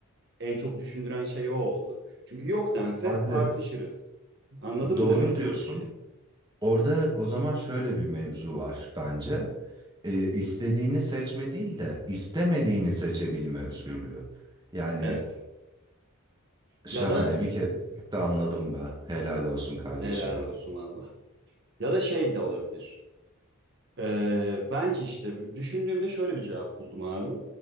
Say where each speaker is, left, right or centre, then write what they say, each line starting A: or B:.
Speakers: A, on the right; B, on the right.
A: en çok düşündüren şey o oldu. Çünkü yok dense
B: Abi
A: tartışırız. Anladın
B: doğru
A: mı demek istediğim
B: diyorsun.
A: şeyi?
B: Orada o zaman şöyle bir mevzu var bence. Ee, istediğini seçme değil de istemediğini seçebilme özgürlüğü. Yani
A: Evet.
B: şahane
A: Ya da
B: bir kere de anladım be. Helal olsun kardeşime.
A: helal olsun valla. Ya da şey de olabilir. Ee, bence işte düşündüğümde şöyle bir cevap buldum abi.